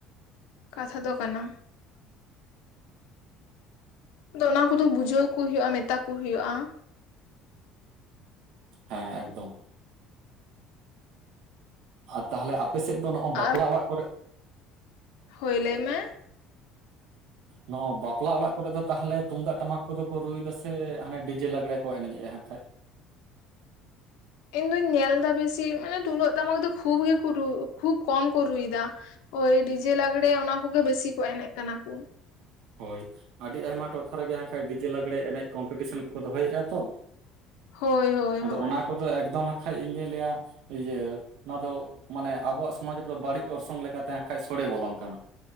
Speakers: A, on the left; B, on the right.
A: ᱠᱟᱛᱷᱟ ᱫᱚ ᱠᱟᱱᱟ, ᱚᱱᱟ ᱠᱚᱫᱚ ᱵᱩᱡᱷᱟᱹᱣ ᱠᱚ ᱦᱩᱭᱩᱜᱼᱟ ᱢᱮᱛᱟ ᱠᱚ ᱦᱩᱭᱩᱜᱼᱟ᱾
B: ᱦᱮᱸ ᱮᱠᱫᱚᱢ ᱟᱨ ᱛᱟᱦᱞᱮ ᱟᱯᱮ ᱥᱮᱫ ᱫᱚ ᱱᱚᱜ-ᱚ ᱵᱟᱯᱞᱟ
A: ᱟᱨ
B: ᱚᱲᱟᱜ ᱠᱚᱨᱮᱜ
A: ᱦᱳᱭ ᱞᱟᱹᱭ ᱢᱮ
B: ᱱᱚᱜᱼᱚ ᱵᱟᱯᱞᱟ ᱚᱲᱟᱜ ᱠᱚᱨᱮ ᱫᱚ ᱛᱟᱦᱚᱞᱮ ᱛᱩᱢᱫᱟᱜ ᱴᱟᱢᱟᱠ ᱠᱚᱫᱚ ᱠᱚ ᱨᱩᱭ ᱫᱟ ᱥᱮ ᱦᱟᱱᱮ ᱰᱤᱡᱮ ᱞᱟᱜᱽᱲᱮ ᱠᱚ ᱮᱱᱮᱡᱮᱜᱼᱟ ᱦᱟᱸᱜ ᱠᱷᱟᱡ?
A: ᱤᱧ ᱫᱩᱧ ᱧᱮᱞᱫᱟ ᱵᱮᱥᱤ ᱢᱟᱱᱮ ᱛᱩᱢᱫᱟᱹᱜ ᱴᱟᱢᱟᱠ ᱫᱚ ᱠᱷᱩᱵᱽ ᱜᱮᱠᱚ ᱨᱩ ᱠᱷᱩᱵᱽ ᱠᱚᱢ ᱠᱚ ᱨᱩᱭ ᱫᱟ᱾ ᱦᱳᱭ ᱰᱤᱡᱮ ᱞᱟᱜᱽᱲᱮ ᱚᱱᱟ ᱠᱚᱜᱮ ᱵᱮᱥᱤ ᱠᱚ ᱮᱱᱮᱡ ᱠᱟᱱᱟ ᱠᱚ᱾
B: ᱦᱳᱭ, ᱟᱹᱰᱤ ᱟᱭᱢᱟ ᱴᱚᱴᱷᱟ ᱨᱮᱜᱮ ᱦᱟᱸᱜ ᱠᱷᱟᱱᱴᱡ ᱰᱤᱡᱮ ᱞᱟᱜᱽᱲᱮ ᱮᱱᱮᱡ ᱠᱚᱢᱯᱤᱴᱤᱥᱮᱱ ᱠᱚᱠᱚ ᱫᱚᱦᱚᱭᱮᱜᱼᱟ ᱛᱚ
A: ᱦᱳᱭ ᱦᱳᱭ
B: ᱟᱫᱚ
A: ᱦᱳᱭ
B: ᱚᱱᱟ ᱠᱚᱫᱚ ᱮᱠᱫᱚᱢ ᱦᱟᱸᱜ ᱠᱷᱟᱡ ᱤᱧᱫᱩᱧ ᱞᱟᱹᱭᱟ ᱤᱭᱟᱹ ᱚᱱᱟ ᱫᱚ ᱢᱟᱱᱮ ᱟᱵᱚᱣᱟᱜ ᱥᱚᱢᱟᱡᱽ ᱨᱮᱫᱚ ᱵᱟᱹᱲᱤᱡ ᱚᱨᱥᱚᱝ ᱞᱮᱠᱟᱛᱟᱮ ᱦᱟᱸᱜ ᱠᱷᱟᱱᱡ ᱥᱳᱲᱮ ᱵᱚᱞᱚᱱ ᱠᱟᱱᱟ᱾